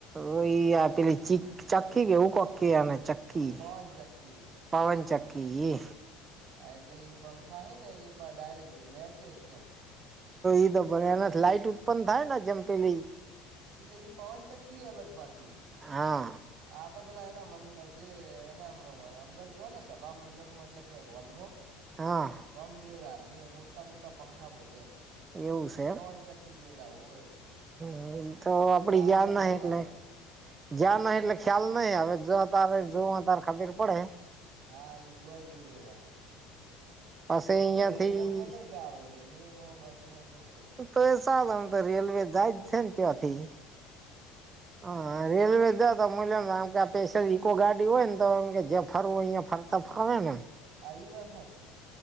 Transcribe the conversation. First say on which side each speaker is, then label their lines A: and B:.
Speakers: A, on the right; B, on the right.
A: તો એ આપ પેલી ચીક ચકી કેવું કક કે આને ચક્કી
B: હે પવન ચક્કી
A: પવન ચક્કી.
B: હા એટલે ઈ પંખા હ ને એ પણ ડાયરેક્ટ નેચે એમ.
A: એ તો ભને એના લાઈટ ઉત્પન્ન થાય ને જમપેલી
B: એટલે ઈ પવનચક્કી અલગ પાષી
A: હા
B: આ તો પેલા એના જે એના અંદર જો ને સભા મંડપમાં એટલે કે હોલમાં
A: હા
B: રામદેવરા અહીંયા મોટા-મોટા પંખા બોધ્યા.
A: એવું છે
B: પવન
A: એમ
B: ચક્કી જેવડા હોય.
A: એ
B: એટલે
A: તો
B: કોઈને
A: આપડી
B: તાપ
A: ગયાર
B: જ
A: ના એટલે.
B: લાગે
A: જ્યાં નહિ એટલે ખ્યાલ નહી હવે જો તારે જો તારે ખબીર પડે.
B: હા એઈ જોવાઈ જેવું હેત.
A: પછી
B: આમ
A: અહિયાંથી
B: તો રેલવેમ જોતો હોય ચાલે રેલવેમાં બસ માં જોતો
A: તો એ ચ તો રેલવે જાય જ છે ને તેયાથી. હા રેલવે. મ ને આમ કે પેસલ ઈકો ગાડી હોય ને તો એમ જે ફરવું અહીયા ફરતા ફાવે ને એમ
B: ઇ વાત હાચી.